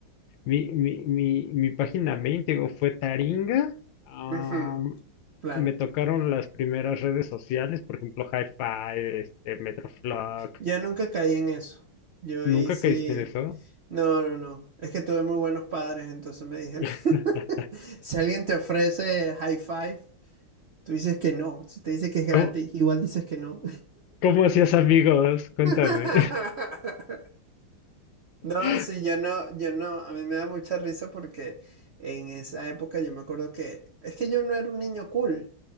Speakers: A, on the left; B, on the right.
A: Mi, mi, mi, mi página main, te digo, fue Taringa. Am,
B: Ujú, claro.
A: me tocaron las primeras redes sociales, por ejemplo, Hi-Fi, este, Metroflog.
B: Yo nunca caí en eso. Yo ahí
A: ¿Nunca
B: sí.
A: caíste en eso?
B: No, no, no. Es que tuve muy buenos padres, entonces me dijeron.
A: <laughs>
B: <laughs> Si alguien te ofrece high five, tú dices que no. Si te dice que es gratis,
A: ¿Cómo,
B: igual dices que no.
A: cómo hacías amigos?
B: <laughs>
A: Cuéntame.
B: No,
A: <laughs>
B: sí, yo no, yo no, a mí me da mucha risa porque en esa época yo me acuerdo que es que yo no era un niño cool.